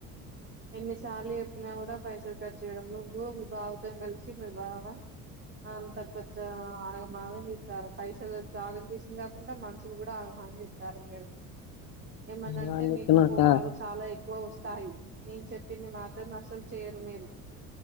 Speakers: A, on the right (about 25°); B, on the left (about 50°).
A: ఎన్నిసార్లు చెప్పినా కూడా పైసలు ఖర్చు చేయడం నువ్వు మీ బావతో కలిసి మీ బావ అ అంతగపెద్ద ఆ మాగం చెతారు పైసలు త్యాగం చేసింది కాకుండా మనుషులు కూడా ఆని ఇస్తారు మీరు ఏమన అంటే
B: ఏమని చెప్తున్నా
A: మీకు
B: అక్క
A: కోపాలు చాలా ఎక్ వో వస్తాయి నేను చెప్పింది మాత్రం అసల్ చేయరు మీరు